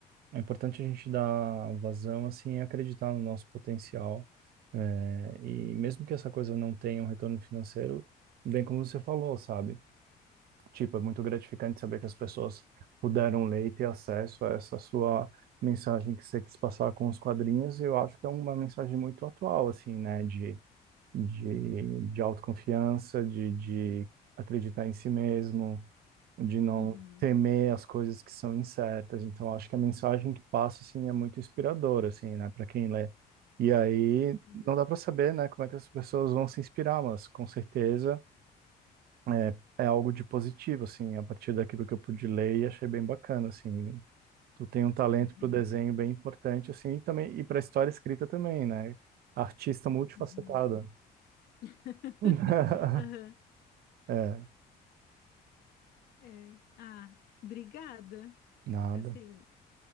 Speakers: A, on the right; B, on the left.
A: é importante a gente dar vazão, assim, e acreditar no nosso potencial. É, e mesmo que essa coisa não tenha um retorno financeiro, bem como você falou, sabe? Tipo, é muito gratificante saber que as pessoas puderam ler e ter acesso a essa sua mensagem que você quis passar com os quadrinhos, e eu acho que é uma mensagem muito atual, assim, né? De de, de autoconfiança, de, de acreditar em si mesmo, de não
B: Uhum,
A: temer as coisas que são incertas. Então, eu acho que a mensagem que passa, assim, é muito inspiradora, assim, né, para quem lê. E aí,
B: uhum,
A: não dá para saber, né, como é que as pessoas vão se inspirar, mas com certeza é, é algo de positivo, assim, a partir daquilo que eu pude ler e achei bem bacana, assim. Tu tem um talento
B: uhum,
A: para o desenho bem importante, assim, e também, e para a história escrita também, né? Artista multifacetada.
B: uhum. <laughs>
A: <laughs>
B: Aham,
A: É,
B: é. Ah, obrigada.
A: nada.
B: Assim,